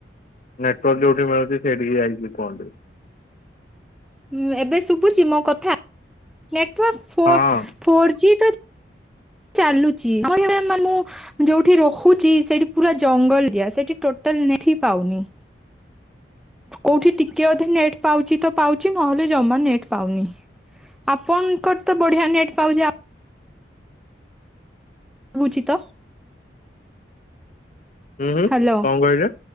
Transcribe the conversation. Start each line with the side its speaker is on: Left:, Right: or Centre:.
Left: ନେଟୱର୍କ ଯୋଉଠି ମିଳୁଛି ସେଇଠିକି ଯାଇକି କୁହନ୍ତୁ
Centre: ଉଁ-ଉଁ ଏବେ ଶୁଭୁଛି ମୋ କଥା, ନେଟୱାର୍କ ଫୋର୍
Left: ହଁ
Centre: ଫୋର୍ ଜି ତ ଚାଲୁଛି <unintelligible> ମାନେ ମୁଁ ଯୋଉଠି ରହୁଚି ସେଇଠି ପୁରା ଜଙ୍ଗଲ ଏରିଆ ସେଠି ଟୋଟାଲ ନେଟ୍ ହିଁ ପାଉନି। କୋଉଠି ଟିକେ ଅଧେ ନେଟ୍ ପାଉଛି ତ ପାଉଛି ନହେଲେ ଜମା ନେଟ୍ ପାଉନି। ଆପଣଙ୍କର ତ ବଢିଆ ନେଟ୍ ପାଉଚି ଆ ବୁଚି ତ
Left: ହୁଁ ହୁଁ
Centre: ହ୍ୟାଲୋ।
Left: କଣ କହିଲେ